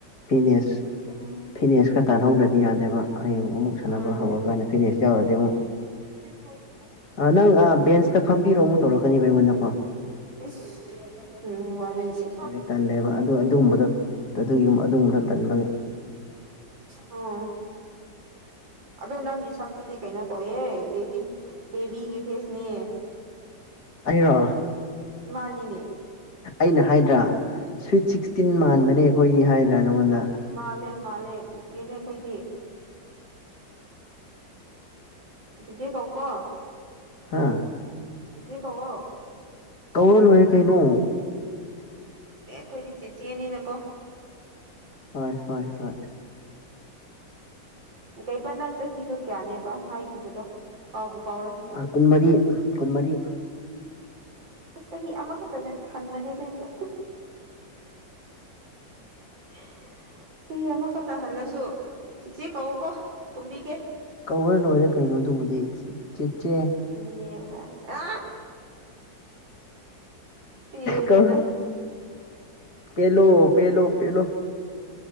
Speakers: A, on the left; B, on the right.
A: ꯐꯤꯠꯅꯦꯁ
B: ꯎꯝ
A: ꯐꯤꯠꯅꯦꯁ ꯈꯔ ꯇꯥꯟꯅꯍꯧꯗ꯭ꯔꯗꯤ ꯌꯥꯗꯦꯕ ꯍꯌꯦꯡ ꯑꯃꯨꯛ ꯁꯥꯟꯅꯕ
B: ꯎꯝ
A: ꯍꯧꯔꯀꯥꯟꯗ ꯐꯤꯠꯅꯦꯁ ꯌꯥꯎꯔꯗꯤ ꯑꯃꯨꯛ
B: ꯍꯣ ꯍꯣꯏ
A: ꯅꯪ ꯕꯦꯟꯁꯇ ꯐꯝꯕꯤꯔꯣ ꯑꯃꯨꯛ ꯇꯧꯔꯛꯀꯅꯦꯕ ꯑꯩꯉꯣꯟꯗꯀꯣ
B: ꯏꯁ ꯋꯥꯔꯤꯁꯦ
A: ꯑꯗꯩ ꯇꯜꯂꯦꯕ ꯑꯗꯨ ꯑꯗꯨꯒꯨꯝꯕꯗ ꯑꯗꯨꯒꯤ ꯑꯗꯨꯒꯨꯝꯕꯗ ꯇꯟꯕꯒꯤ
B: ꯎꯝ ꯑꯗꯣ ꯅꯪꯒꯤ ꯁꯛꯇꯨꯗꯤ ꯀꯩꯅꯣ ꯇꯧꯋꯦꯍꯦ ꯕꯦꯕꯤ ꯕꯦꯕꯤꯒꯤ ꯐꯦꯁꯅꯦ
A: ꯑꯩꯔꯣ
B: ꯃꯥꯅꯤꯅꯦ
A: ꯑꯩꯅ ꯍꯥꯏꯗ꯭ꯔꯥ ꯁ꯭ꯋꯤꯠ ꯁꯤꯛꯁꯇꯤꯟ ꯃꯥꯟꯕꯅꯦ ꯑꯩꯈꯣꯏꯗꯤ ꯍꯥꯏꯗ꯭ꯔꯥ ꯅꯪꯉꯣꯟꯗ
B: ꯃꯥꯜꯂꯦ ꯃꯥꯜꯂꯦ ꯆꯤꯆꯦꯅꯦ ꯑꯩꯈꯣꯏꯗꯤ ꯆꯤꯆꯦ ꯀꯧ ꯀꯣ
A: ꯍꯥꯥ
B: ꯆꯤꯆꯦ ꯀꯧꯑꯣ
A: ꯀꯧꯔ ꯂꯣꯏꯔꯦ ꯀꯩꯅꯣ
B: ꯈꯣꯏꯗꯤ ꯆꯤꯆꯦꯅꯤꯅꯀꯣ
A: ꯍꯣꯏ ꯍꯣꯏ ꯍꯣꯏ
B: ꯀꯩꯕ ꯅꯪ ꯆꯍꯤꯗꯣ ꯀꯌꯥꯅꯦꯕ ꯍꯥꯏꯈꯤꯕꯗꯣ ꯀꯥꯎꯕꯨ ꯀꯥꯎꯔꯦ
A: ꯀꯨꯟꯃꯔꯤ ꯀꯨꯟꯃꯔꯤ
B: ꯑꯁ ꯆꯍꯤ ꯑꯃꯈꯛꯇ ꯍꯟꯕꯅꯦꯗ ꯑꯩꯅ <unintelligible> ꯆꯍꯤ ꯑꯃꯈꯛꯇ ꯍꯜꯂꯁꯨ ꯆꯤꯆꯦ ꯀꯧꯑꯣꯀꯣ ꯈꯨꯝꯕꯤꯒꯦ
A: ꯀꯧꯔ ꯂꯣꯏꯔꯦ ꯀꯩꯅꯣ ꯑꯗꯨꯕꯨꯗꯤ ꯆꯦꯆꯦ
B: ꯑꯗꯨꯅꯤꯕ ꯑ ꯄꯦꯜꯂꯦꯗ
A: ꯀꯣ ꯄꯦꯂꯣ ꯄꯦꯂꯣ ꯄꯦꯂꯣ